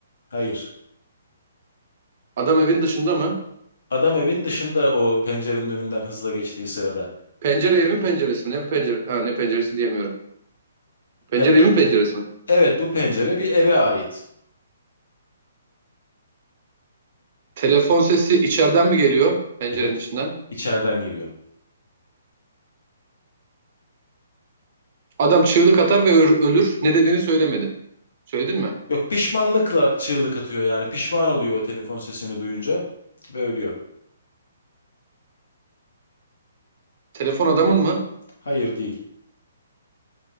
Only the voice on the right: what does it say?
Adam evin dışında mı?
Pencere evin penceresi mi? Ne pencere? Ha, ne penceresi diyemiyorum. Pencere
evin penceresi mi?
Telefon sesi içeriden mi geliyor pencerenin
içinden?
Adam çığlık atar ve ö- ölür. Ne dediğini söylemedin. Söyledin mi?
Telefon adamın mı?